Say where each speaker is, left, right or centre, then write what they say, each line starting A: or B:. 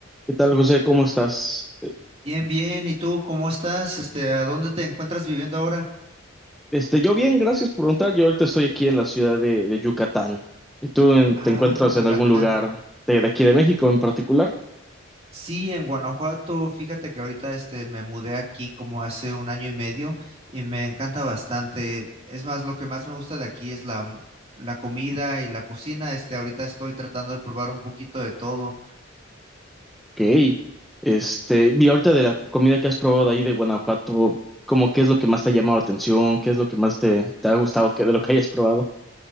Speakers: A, in the centre; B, on the right (about 30°).
A: ¿Qué tal, José? ¿Cómo estás? Eh,
B: Bien, bien. ¿Y tú cómo estás? Este, ¿a dónde te encuentras viviendo ahora?
A: Este, yo bien, gracias por preguntar. Yo ahorita estoy aquí en la ciudad de, de Yucatán. ¿Y tú en- te
B: Ah,
A: encuentras
B: Yucatán.
A: en algún lugar de, de aquí de México en particular?
B: Sí, en Guanajuato. Fíjate que ahorita este me mudé aquí como hace un año y medio y me encanta bastante. Es más, lo que más me gusta de aquí es la, m- la comida y la cocina. Este, ahorita estoy tratando de probar un poquito de todo.
A: Ok. Este, vi ahorita de la comida que has probado de ahí de Guanajuato, ¿cómo qué es lo que más te ha llamado la atención? ¿Qué es lo que más te, te ha gustado que, de lo que hayas probado?